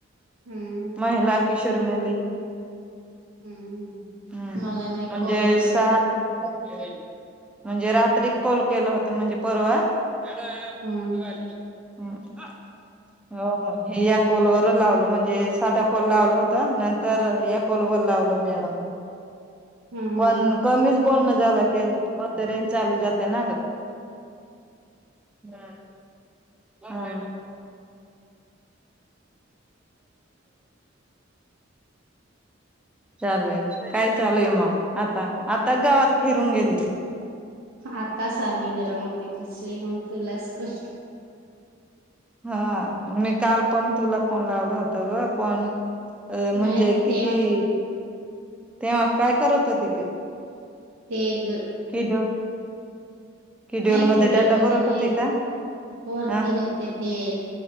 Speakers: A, on the right; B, in the centre.
A: हम्म
B: महिला की शर्मली ह.
A: हम्म
B: हम्म
A: मला नाही
B: म्हणजे
A: कॉलच नाही
B: सात
A: केला
B: म्हणजे रात्री कॉल केलं होत म्हणजे परवा मॅडम
A: हम्म
B: <unintelligible> वाली हो हो या कोलवर लावलं म्हणजे, साधा कोल लावलं होता नंतर या कोलवर लावला मॅडमनी
A: <inaudible> हम्म
B: पण कमिच बोलणं झालं त्याच्या होती रेंज चाली जातिया ना ग हा हा. <unintelligible> चालेल काय चालू आहे मग आता आता गावात फिरून गेली तू
A: आतास आली गरामध्ये दिसली, मग तुलाच कॉल
B: हा मी काल पण तुला फोण लावला होता. होता ग पण अ म्हणजे
A: नाही
B: किती?
A: ते
B: तेव्हा काय करत होते ते
A: ते ग
B: किड्युल किड्युल
A: नाही
B: मध्ये
A: केल
B: डाटा
A: नाही
B: भरत
A: केलं मल
B: होती का?
A: वरती
B: अ
A: होते ते